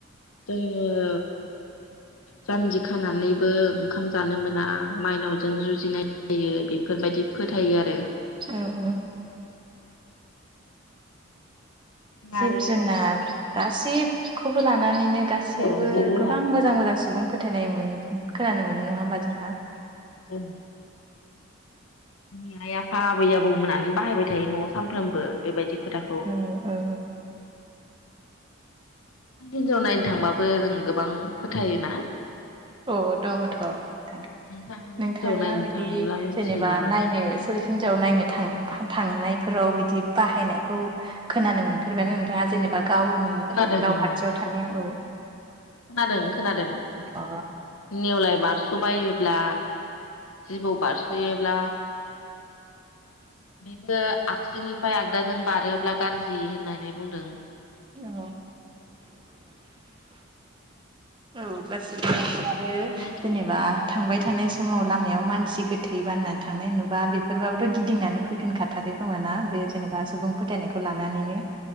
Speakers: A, on the left; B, on the right.
A: जोङो ओ जान्जि खानानैबो ओंखाम जानो मोना मायनावजों जुजिनाय जायो बेफोरबायदि फोथायो आरो।
B: औ जिब
A: आरो
B: जुनार गासिब खौबो लानानैनो गासिबो
A: औ जिब जुनारखौ
B: गोबां मोजां
A: लानानै
B: मोजां सुबुं फोथायनाय मोन खोनानो मोनो नङा होमबा जोंहा
A: औ जोंनि आइ आफा आबै आबौमोनानो बाहायबाय थायो नयाव सानफ्रामबो बेबायदि खोथाखौ
B: ओ ओ
A: हिनजाव नायनो थांबाबो जों गोबां फोथायोना?
B: अ दङथ नोंथां
A: नोंथाङा हिनजाव
B: नोंथाङा
A: नायनो
B: बिदि
A: थाङोब्ला
B: जे-जेनेबा
A: मिथियो नामा
B: नायनो सोर हिनजाव नायनो था थांनाय फोराव बिदि बाहायनायखौ खोनानो मोनफेरबायानो नोंथाङा जेनेबा गावनि
A: खोनादों
B: गाव
A: औ
B: खाथियाव थानायाव औ
A: खोनादों। खोनादों
B: अ
A: नेवलाय बारसबायोब्ला जिबौ बारसयोब्ला बेबो आगसिनिफ्राय आगदाजों बारोब्ला गाज्रि जि होननानै बुंदों।
B: औ औ बास जेनेबा
A: नोंथांनि साव
B: थांबाय थानाय समाव लामायाव मानसि गोथै बाननानै थांनाय नुबा बेफोरबाबोथ गिदिंनानै फैफिनखाथाराखै खोमा ना बे जेनेबा सुबुं फोथायनायखौ लानानैनो।